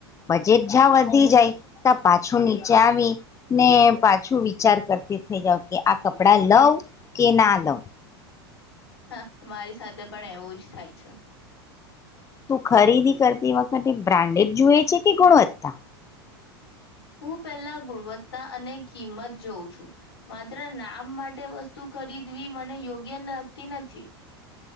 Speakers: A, on the left; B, on the left.
A: બજેટ જ્યાં વધી જાય ત્યાં પાછું નીચે આવી ને પાછું વિચાર કરતી થઇ જાવ કે કપડા લવ કે ના લવ.
B: હા મારી સાથે પણ એવું જ થાય છે.
A: તું ખરીદી કરતી વખતે બ્રાન્ડેડ જોએ છે. કે ગુણવત્તા
B: હું પહેલા ગુણવત્તા અને કિંમત જોઉં છું માત્ર નામ માટે વસ્તુ ખરીદવી મને યોગ્ય લખતી નથી.